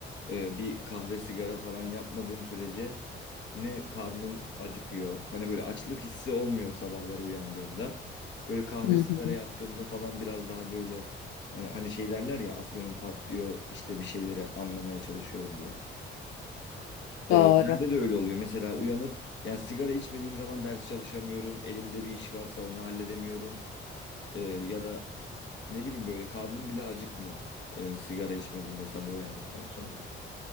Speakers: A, on the left; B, on the left.
A: Ee, bir kahve sigara falan yapmadığım sürece ne karnım acıkıyor. Hani böyle açlık hissi olmuyor sabahları uyandığımda. Böyle kahve
B: Hı hı,
A: sigara yaptığımda falan biraz daha böyle e, hani şey derler ya afyonum patlıyor işte bir şeyleri anlamaya çalışıyorum diye.
B: doğru.
A: Ee, bende de öyle oluyor. Mesela uyanıp yani sigara içmediğim zaman ders çalışamıyorum. Elimde bir iş varsa onu halledemiyorum. Ee, ya da ne bileyim böyle karnım bile acıkmıyor e, sigara içmediğimde sabah uyandıktan sonra.